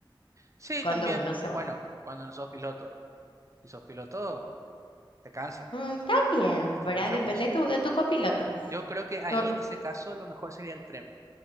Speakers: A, on the right; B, on the left.
A: Sí,
B: Cuando
A: también.
B: uno se va.
A: Bueno, cuando no sos piloto, ¿no? Si sos piloto, te cansa,
B: Mm, también,
A: te
B: ¿verdad?
A: cansa
B: Depende
A: mucho.
B: de tu, de tu copiloto.
A: Yo creo que ahí
B: Por-
A: en ese caso lo mejor sería el tren,